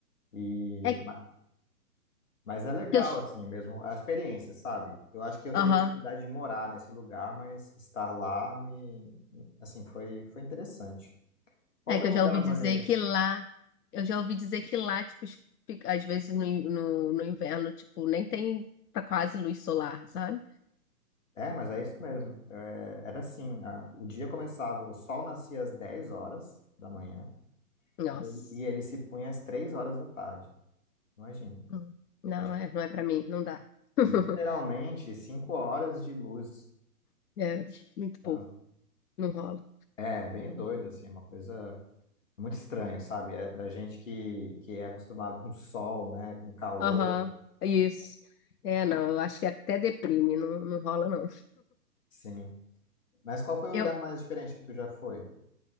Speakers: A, on the left; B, on the left.
A: E
B: É que
A: Mas é legal,
B: eu.
A: assim, mesmo a experiência, sabe? Eu acho que eu teria
B: Aham.
A: dificuldade de morar nesse lugar, mas estar lá me, assim, foi, foi interessante. Qual
B: É
A: foi
B: que
A: o
B: eu
A: lugar
B: já ouvi dizer
A: mais...
B: que lá, eu já ouvi dizer que lá, tipo, es- fica- às vezes no, in- no, no inverno, tipo, nem tem pra quase luz solar, sabe?
A: É, mas é isso mesmo. É, era assim, a- o dia começava, o sol nascia às 10 horas da manhã
B: Nossa.
A: e ele, e ele se punha às 3 horas da tarde. Imagina.
B: Hum. Não,
A: É, tipo,
B: é, não é pra mim, não dá. <laughs>
A: Literalmente 5 horas de luz.
B: É, muito
A: Então,
B: pouco, não rola.
A: É, bem doido, assim, é uma coisa Muito estranho, sabe? É pra gente que, que é acostumado com sol, né? Com calor,
B: Aham, isso. É, não, eu acho que até deprime, não, não rola, não.
A: sim. Mas qual foi o
B: Eu,
A: lugar mais diferente que tu já foi?